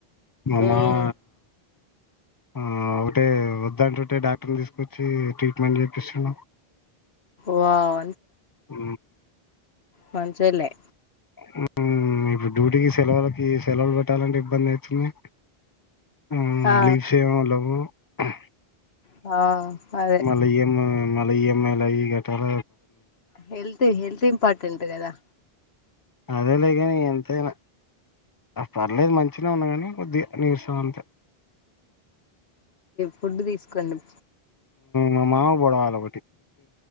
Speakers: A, on the left (about 30°); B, on the left (about 80°).
A: మా
B: ఉమ్,
A: మావ ఆ ఒకటే వద్దంటుంటే డాక్టర్ని తీసుకొచ్చి ట్రీట్మెంట్ చేపిస్సున్న్ నాకు
B: వావ్
A: ఉ
B: మంచొల్లే
A: హు, ఇప్పుడు డ్యూటీకి సెలవులకి, సెలవులు పెట్టాలంటే ఇబ్బంది అయ్ తుంది. హు
B: ఆ
A: లీవ్స్ ఏం ఉల్లవు. ఆ
B: ఆ అదే
A: మల ఇయమ్ మల ఇ ఎమ్ లయి కట్టల
B: హెల్త్ హెల్త్ ఇంపార్టెంట్ కదా.
A: అదే లేగాని ఎంతైనా, అ పర్లేదు మంచినే ఉన్నా కాని కొద్దిగా నీర్సం అంతే
B: ఫుడ్డు తీస్ కన్నుం
A: మ మామకు బొడవాలొ